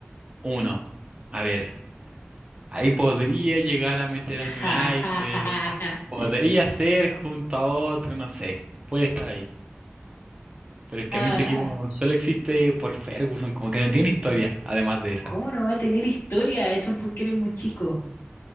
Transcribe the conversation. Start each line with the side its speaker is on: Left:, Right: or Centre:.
Right: uno. A ver, ahí podría llegar a meter
Left: <laughs>
Right: al United, podría ser junto a otro, no sé, puede estar ahí. Pero es
Left: Ah,
Right: que a mí ese equipo solo existe por Ferguson, como que no tiene historia, además de esa.
Left: ¿cómo no va a tener historia? Eso es porque eres muy chico.